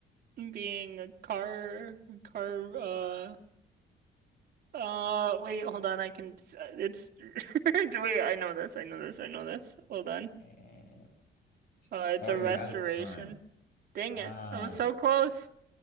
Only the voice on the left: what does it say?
And
sorry,
you're out of time.
Ah,